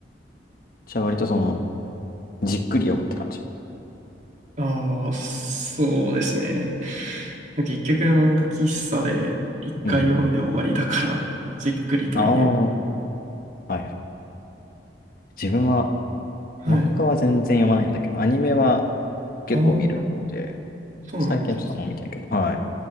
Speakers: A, on the left (about 55°); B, on the right (about 40°).
A: じゃあ割とその、じっくり読むって感じ。
B: ああ、そうですね。結局漫画喫茶で一回読んで終わりだから、
A: うん。
B: じっくりと言え。
A: ああ、はい。自分は、
B: はい。
A: 漫画は全然読まないんだけど、アニメは結構見る方で、
B: ああ、そうなんです
A: 最近はちょっとあんま見てないけど、はい。